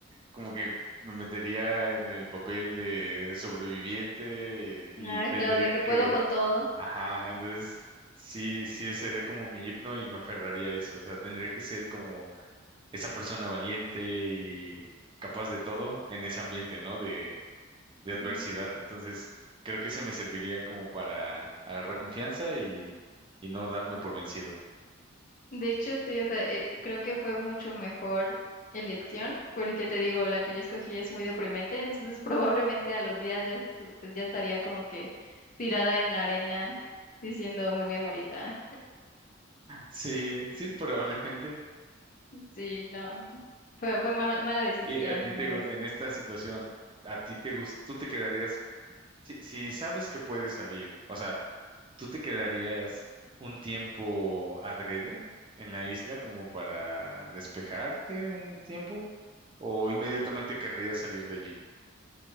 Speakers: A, on the right (about 25°); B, on the left (about 45°).
A: como que me metería en el papel de sobreviviente y
B: Ah,
A: tendría
B: claro, de que
A: que.
B: puedo con todo.
A: Ajá, entonces sí, sí sería como mi himno y me aferraría a eso. O sea, tendría que ser como esa persona valiente y capaz de todo en ese ambiente, ¿no? de adversidad.
B: Ujú.
A: Entonces, creo que eso me serviría como para agarrar confianza y, y no darme por vencido. <laughs>
B: De hecho, sí, o sea, eh, creo que fue mucho mejor elección, porque te digo, la que yo escogí es muy deprimente, entonces <laughs> probablemente a los días ya, estu- ya estaría como que tirada en la arena diciendo me voy a morir. Ah,
A: Sí, sí, probablemente.
B: sí, no, fue, fue ma- mala decisión,
A: Y a ti
B: mala
A: te, gu-
B: decisión.
A: en esta situación, a ti te gusta, tú te quedarías, si, si sabes que puedes salir, o sea, tú te quedarías un tiempo adrede en la isla como para despejarte un tiempo o inmediatamente querrías salir de allí.